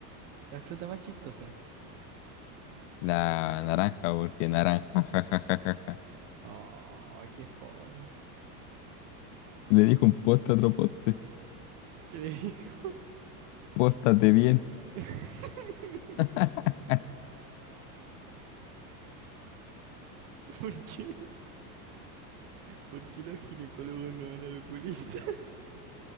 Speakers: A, on the right (about 50°); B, on the left (about 50°).
A: La fruta más chistosa.
B: La naranja, porque naranja, ja, ja, ja, ja, ja.
A: Oh, qué fome.
B: Le dijo un poste a otro poste,
A: ¿Qué le digo?
B: póstate bien.
A: <laughs>
B: <laughs>
A: ¿Por qué? ¿Por qué los ginecólogos no van al oculista? <laughs>